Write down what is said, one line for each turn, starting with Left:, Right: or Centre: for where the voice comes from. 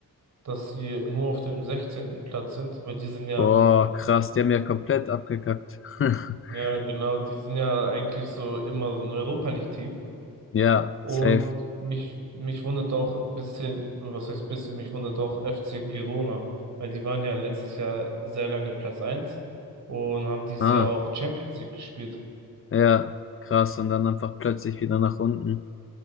Right: dass sie nur auf dem sechzehnten Platz sind, weil die sind ja,
Left: Boah, krass, die haben ja komplett abgekackt. <laughs>
Right: ja genau, die sind ja eigentlich so immer so ein Europa League-Team.
Left: Ja,
Right: Und
Left: safe.
Right: mich, mich wundert auch ein bisschen, was heißt bisschen, mich wundert auch FC Girona, weil die waren ja letztes Jahr sehr lange Platz eins und haben dieses
Left: Ah,
Right: Jahr auch Champions League gespielt.
Left: ja, krass. Und dann einfach plötzlich wieder nach unten.